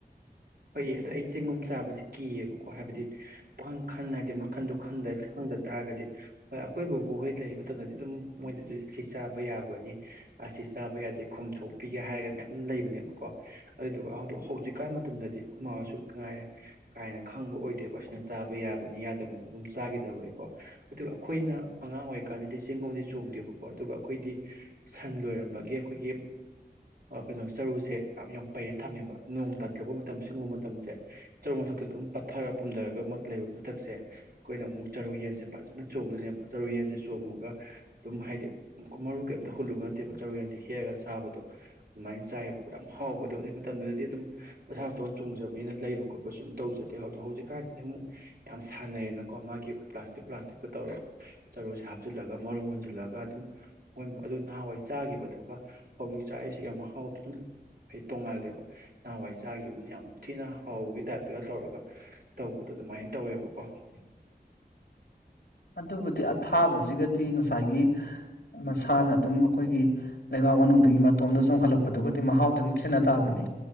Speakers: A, on the right; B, on the left.
A: ꯐꯩ ꯑꯗ ꯑꯩ ꯆꯦꯡꯒꯨꯝ ꯆꯥꯕꯁꯤ ꯀꯤꯌꯦꯕꯀꯣ ꯍꯥꯏꯕꯗꯤ ꯄꯈꯟ ꯍꯥꯏꯗꯤ ꯃꯈꯟꯗ ꯈꯪꯗ ꯇꯥꯔꯒꯗꯤ ꯍꯣꯏ ꯑꯩꯈꯣꯏꯕꯨ ꯍꯣꯏ ꯂꯩ ꯃꯇꯝꯗꯗꯤ ꯑꯗꯨꯝ ꯃꯣꯏꯗꯗꯤ ꯑꯁꯤ ꯆꯥꯕ ꯌꯥꯕꯅꯤ ꯑꯁꯤ ꯆꯥꯕ ꯌꯥꯗꯦ ꯈꯣꯝꯊꯣꯛꯄꯤꯒꯦ ꯍꯥꯏ ꯍꯥꯏꯔꯒ ꯃꯌꯥꯝ ꯂꯩꯕꯅꯦꯕꯀꯣ ꯑꯗꯨꯗꯨꯒ ꯍꯧꯖꯤꯛ ꯀꯥꯏꯕ ꯃꯇꯝꯗꯗꯤ ꯑꯩꯈꯣꯏ ꯃꯥꯁꯨ ꯀꯥꯏꯔꯦ ꯀꯥꯏꯅ ꯈꯪꯕ ꯑꯣꯏꯗꯦꯕ ꯑꯁꯤꯅ ꯆꯥꯕ ꯌꯥꯕꯅꯤ ꯌꯥꯗꯕꯅꯤꯅ ꯑꯗꯨꯝ ꯆꯥꯒꯗꯕꯩꯀꯣ ꯑꯗꯨꯒ ꯑꯩꯈꯣꯏꯅ ꯑꯉꯥꯡ ꯑꯣꯏꯔꯤꯀꯥꯟꯗꯗꯤ ꯆꯦꯡꯒꯨꯝꯝꯗꯤ ꯆꯣꯡꯗꯦꯕꯀꯣ ꯑꯗꯨꯒ ꯑꯩꯈꯣꯏꯗꯤ ꯁꯟ ꯂꯣꯏꯔꯝꯕꯒꯤ ꯑꯩꯈꯣꯏꯒꯤ ꯀꯩꯅꯣ ꯆꯔꯨꯁꯦ ꯌꯥꯝ ꯌꯥꯝ ꯄꯩꯔꯦ ꯊꯝꯃꯦꯕ ꯅꯣꯡ ꯃꯇꯝꯕ ꯃꯇꯝꯁꯦ ꯆ ꯃꯊꯛꯇꯊꯊꯔꯒ ꯂꯩ ꯃꯊꯛꯁꯦ ꯑꯩꯈꯣꯏꯅꯨ ꯆꯔꯨ ꯌꯦꯟꯁꯦ ꯐꯖꯅ ꯆꯣꯡꯗꯅꯦꯕ ꯆꯔꯨ ꯌꯦꯟꯁꯦ ꯆꯣꯡꯉꯒ ꯑꯗꯨꯝ ꯍꯥꯏꯗꯤ ꯑꯃꯨꯛ ꯃꯔꯨ ꯀꯩꯝꯇ ꯍꯨꯜꯂꯨꯕ ꯅꯠꯇꯦ ꯆꯔꯨ ꯌꯦꯟꯁꯤ ꯍꯦꯛꯑꯒ ꯆꯥꯕꯗꯣ ꯑꯗꯨꯃꯥꯏꯅ ꯆꯥꯏꯌꯦꯕꯣꯠ ꯌꯥꯝ ꯍꯥꯎꯕꯗꯣ ꯑꯗꯨ ꯃꯇꯝꯗꯨꯗꯗꯤ ꯑꯗꯨꯝ ꯃꯁꯥ ꯃꯧꯅ ꯆꯣꯡꯖꯕꯅꯤꯅ ꯂꯩꯕ ꯈꯣꯠꯄꯁꯨ ꯑꯗꯨꯝ ꯇꯧꯖꯗꯦ ꯑꯗꯨꯣ ꯍꯧꯖꯤꯛꯀꯥꯟꯗꯤ ꯑꯃꯨꯛ ꯌꯥꯝ ꯁꯥꯟꯅꯔꯦꯅ ꯀꯣ ꯃꯥꯒꯤ ꯄ꯭ꯂꯥꯁꯇꯤꯛ ꯄ꯭ꯂꯥꯁꯇꯤꯛꯇ ꯇꯧꯔꯒ ꯆꯔꯨꯁꯦ ꯍꯥꯞꯆꯤꯜꯂꯒ ꯃꯔꯨ ꯍꯨꯟꯖꯤꯜꯂꯒ ꯑꯗꯨꯝꯣꯏ ꯑꯗꯨ ꯅꯍꯥꯟꯋꯥꯏ ꯆꯥꯈꯤꯕꯗꯨ ꯍꯧꯖꯤꯛ ꯆꯥꯔꯛꯏꯁꯤꯒ ꯃꯍꯥꯎꯗꯨꯣ ꯑꯗꯨꯝ ꯍꯥꯏꯗꯤ ꯇꯣꯡꯉꯥꯜꯂꯦꯕ ꯅꯍꯥꯟꯋꯥꯏ ꯆꯥꯈꯤꯕꯗꯨꯅ ꯌꯥꯝ ꯊꯤꯅ ꯍꯥꯎꯕꯒꯤ ꯇꯥꯏꯞꯇꯒ ꯇꯧꯔꯒ ꯇꯧꯕꯗꯣ ꯑꯗꯨꯃꯥꯏꯅ ꯇꯧꯋꯦꯕꯀꯣ <unintelligible>
B: ꯑꯗꯨꯕꯨꯗꯤ ꯑꯊꯥꯕꯁꯤꯒꯗꯤ ꯉꯁꯥꯏꯒꯤ ꯃꯁꯥꯅ ꯑꯗꯨꯝ ꯑꯩꯈꯣꯏꯒꯤ ꯂꯩꯕꯥꯛ ꯃꯅꯨꯡꯗꯒꯤꯒꯤ ꯃꯇꯣꯝꯗ ꯆꯣꯡꯈꯠꯂꯛꯄꯗꯨꯒꯗꯤ ꯃꯍꯥꯎꯗ ꯑꯗꯨꯝ ꯈꯦꯠꯅ ꯇꯥꯕꯅꯤ